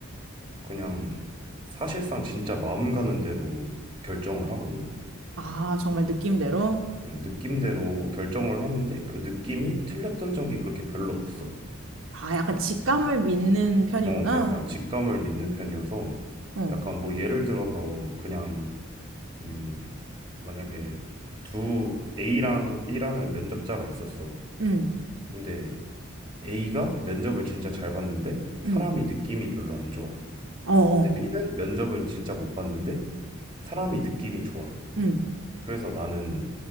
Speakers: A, on the right (about 25°); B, on the right (about 70°).
A: 그냥 사실상 진짜 마음 가는 대로 결정을 하거든.
B: 아, 정말 느낌대로?
A: 어, 느낌대로 결정을 하는데 그 느낌이 틀렸던 적이 그렇게 별로 없어.
B: 아, 약간 직감을
A: 음.
B: 믿는 편이구나.
A: 어, 약간 직감을 믿는 편이어서
B: 어,
A: 약간 뭐 예를 들어서 그냥 음, 만약에 두 A랑 B라는 면접자가 있었어.
B: 음,
A: 근데 A가 면접을 진짜 잘 봤는데 사람이
B: 음,
A: 느낌이 별로 안 좋아.
B: 어, 어,
A: 근데 B는 면접을 진짜 못 봤는데 사람이 느낌이 좋아.
B: 음,
A: 그래서 나는